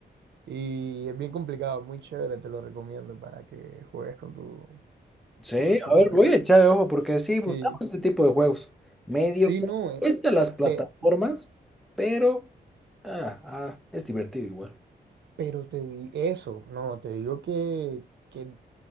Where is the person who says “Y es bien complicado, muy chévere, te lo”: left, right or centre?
Right